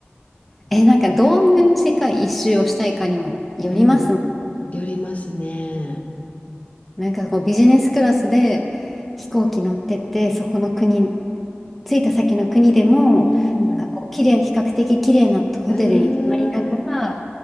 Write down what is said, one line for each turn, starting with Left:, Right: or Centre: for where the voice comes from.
Centre: え、なんかどういう世界一周をしたいかにもよりますも
Left: うん、よりますね。
Centre: ん。なんかこうビジネスクラスで飛行機乗ってって、そこの国、着いた先の国でも、
Left: うん、
Centre: なんかこう綺麗、比較的綺麗なホテルに泊まりながら
Left: うーん、